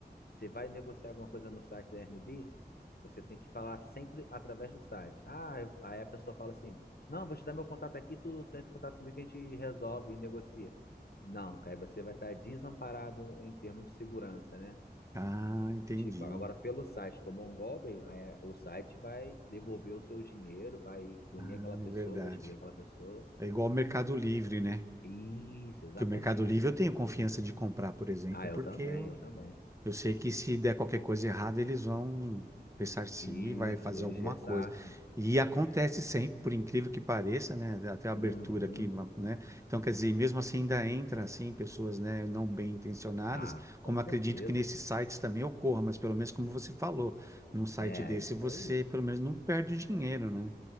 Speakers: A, on the left; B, on the right.
A: Você vai negociar alguma coisa no site da Airbnb, você tem que falar sempre através do site. Ah, eu- aí a pessoa fala assim: Não, vou te dar meu contato aqui, tu, tu entra em contato comigo que a gente resolve e negocia. Não, que aí você vai estar desamparado em termos de segurança, né?
B: Ah, entendi.
A: Tipo, agora pelo site tomou um golpe, aí o site vai devolver o seu dinheiro, vai punir
B: Ah,
A: aquela
B: é
A: pessoa,
B: verdade.
A: vai excluir aquela pessoa.
B: É igual ao Mercado Livre, né?
A: Isso, exatamente.
B: Que o Mercado Livre eu tenho confiança de comprar, por exemplo,
A: Ah, eu
B: porque
A: também,
B: eu
A: eu também.
B: Eu sei que se der qualquer coisa errada, eles vão ressarcir,
A: Isso,
B: vai fazer
A: eles
B: alguma
A: ressarcem.
B: coisa. E acontece sempre, por incrível que pareça, né? Até a abertura
A: Uhum.
B: aqui, ma- né? Então, quer dizer, mesmo assim ainda entra assim pessoas, né, não bem intencionadas,
A: Ah, com
B: como
A: certeza.
B: acredito que nesses sites também ocorra, mas pelo menos como você falou, num site
A: É,
B: desse
A: isso
B: você
A: aí.
B: pelo menos não perde dinheiro, né?